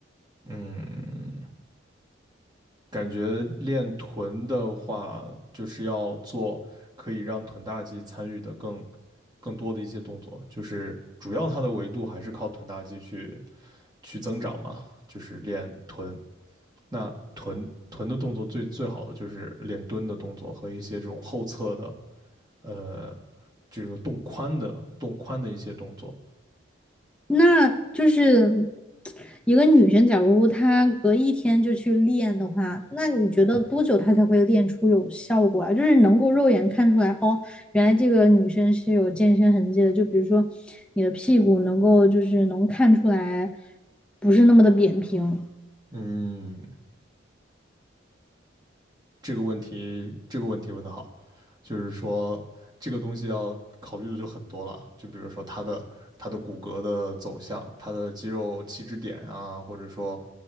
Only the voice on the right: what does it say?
嗯感觉练臀的话，就是要做可以让臀大肌参与的更更多的一些动作，就是主要它的维度还是靠臀大肌去去增长嘛，就是练臀。那臀臀的动作最最好的就是练蹲的动作和一些这种后侧的呃这个动髋的动髋的一些动作。
嗯，这个问题，这个问题问得好，就是说这个东西要考虑的就很多了，就比如说它的它的骨骼的走向，它的肌肉起止点啊，或者说，